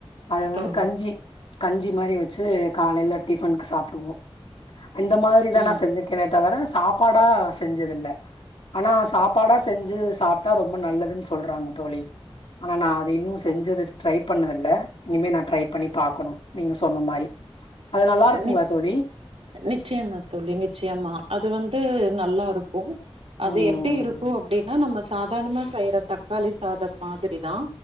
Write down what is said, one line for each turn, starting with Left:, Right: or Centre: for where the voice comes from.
Left: அது வந்து
Right: ஓ
Left: கஞ்சி கஞ்சி மாரி வச்சு காலைல டிஃபனுக்கு சாப்டுவோ இந்த மாரிதா
Right: ம்
Left: நா செஞ்சிருக்கேனே தவிர சாப் பாடா செஞ்சதில்ல ஆனா சாப்பாடா செஞ்சு சாப் டா ரொம்ப நல்லதுன் சொல்றாங்க தோழி ஆனா நா அது இன்னு செஞ்சது ட்ரை பண்ணதில்ல இனிமே நா ட்ரை பண்ணி பாக்கனு நீங்க சொன்ன மாரி அது நல்லா இருக்குங்ளா
Right: நிச்
Left: தோழி
Right: நிச்சயமா தோழி நிச்சயமா அது வந்து நல்லா இருக்கு அது
Left: ம்.
Right: எப்டி இருக் கு அப்டினா நம்ம சாதார்ணமா செய்ற தக்காளி சாதம் மாதிரிதா